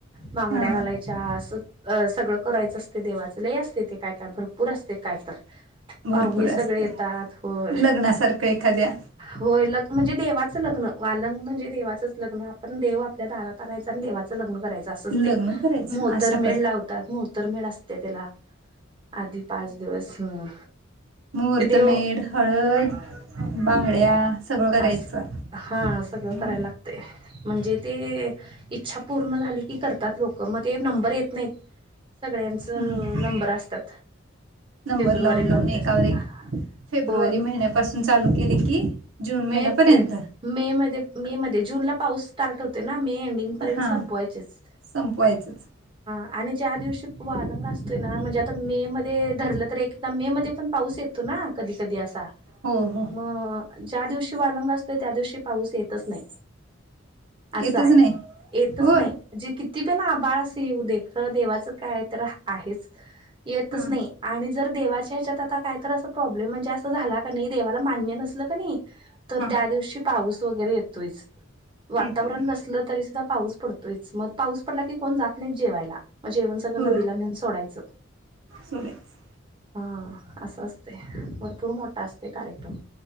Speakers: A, on the right; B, on the right.
A: बांगड्या
B: हा
A: घालायच्या अस अ सगळं करायचं असते देवाचं लय असते ते काय काय भरपूर असते कायतर.
B: भरपूर
A: पाहुणे सगळे
B: असते
A: येतात होय.
B: लग्नासारखं एखाद्या
A: होय लग् म्हणजे देवाचा लग्न वालंग म्हणजे देवाचाच लग्न आपण देव आपल्या दारात आणायचं आणि देवाचा लग्न करायचा असच
B: लग्न
A: ते
B: करायचं
A: मोहतरमेढ
B: अशा प्र
A: लावतात मोहतरमेढ असते त्याला आधी पाच दिवस हम्म.
B: महूर्त
A: ते देव
B: मेढ, हळद हळद, बांगड्या सगळं करायचं
A: अस हा सगळं
B: हम्म
A: करायला लागतंय म्हणजे ते इच्छा पूर्ण झालं की करतात लोकं मग ते नंबर येत नाहीत, सगळ्यांच
B: हम्म
A: नंबर असतात.
B: नंबर
A: फेब्रुवारी
B: लावून
A: <unintelligible>
B: लावून एकावर
A: असत
B: एक
A: का
B: फेब्रुवारी
A: हो
B: महिन्यापासून चालू केले की जून महिन्यापर्यंत
A: मे पर्यंत, मे मध्ये मे मध्ये जूनला पाऊस स्टार्ट होते ना, मी एंडिंग पर्यंत
B: हा
A: संपवायचेच.
B: संपवायचंच
A: आणि ज्या दिवशी वारंग असतोय ना, म्हणजे आता मे मध्ये धरलं तर एकदा मे मध्ये पण पाऊस येतो ना? कधी कधी असा
B: हम हम
A: मग ज्या दिवशी वालंग असतो त्या दिवशी पाऊस ये तसं नाही,
B: येतच
A: असंय
B: नाही
A: येतच
B: होय
A: नाही जे किती ना आ बाळ अस येऊ दे, खरं देवाचं काय तर आहेच येतच
B: हां
A: नाही आणि जर देवाच्या ह्याच्यात आता काय तर अस प्रॉब्लेम म्हणजे असं झाला नाही देवाला मान्य नसेल का नाही तर
B: हां
A: त्या दिवशी पाऊस वगैरे येतोयच. वातावरण
B: येतोय
A: नसलं तरी सुद्धा पाऊस पडतोयच, मग पाऊस पडला की कोण जात नाही जेवायला. मग जेवण सगळं
B: होय
A: नदीला नेऊन सोडायचं.
B: सोडायच
A: हा असं असतंय, भरपूर मोठा असतो कार्यक्रम.